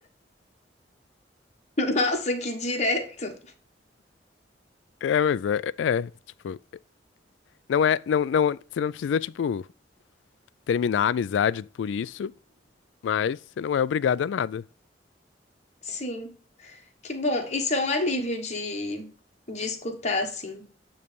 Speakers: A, on the left; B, on the left.
A: <laughs> Nossa, que direto.
B: É, mas é, é, tipo, não é, não, não, você não precisa, tipo, terminar a amizade por isso, mas você não é obrigado a nada.
A: Sim. Que bom. Isso é um alívio de, de escutar, assim.